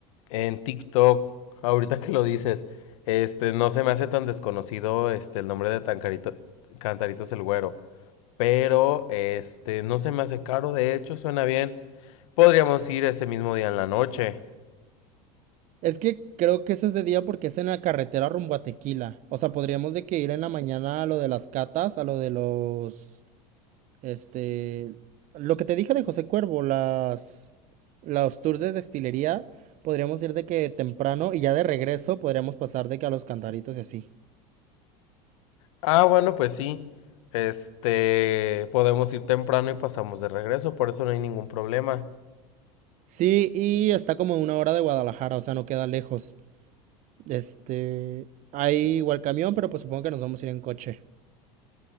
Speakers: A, on the left (about 75°); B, on the right (about 50°).
A: en TikTok, ahorita que lo dices. Este, no se me hace tan desconocido este, el nombre de Tancarito, Cantaritos el Güero. Pero, este, no se me hace caro, de hecho, suena bien. Podríamos ir ese mismo día en la noche.
B: Es que creo que eso es de día porque es en la carretera rumbo a Tequila. O sea, podríamos de que ir en la mañana a lo de las catas, a lo de los... Este, lo que te dije de José Cuervo, las, los tours de destilería, podríamos ir de que temprano y ya de regreso podríamos pasar de que a los cantaritos y así.
A: Ah, bueno, pues sí. Este, podemos ir temprano y pasamos de regreso, por eso no hay ningún problema.
B: Sí, y está como a una hora de Guadalajara, o sea, no queda lejos. Este, hay igual camión, pero pues supongo que nos vamos a ir en coche.